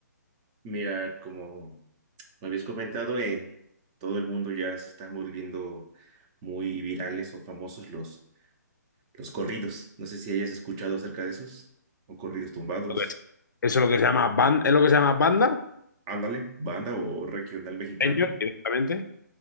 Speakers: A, on the right; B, on the left.
A: mira, como me habías comentado, en todo el mundo ya se están volviendo muy virales o famosos los, los corridos. No sé si hayas escuchado acerca de esos, o corridos tumbados.
B: Lo que es- Eso es lo que se llama banda, ¿es lo que se llama banda?
A: Ándale, banda o regional mexicano,
B: Señor, directamente.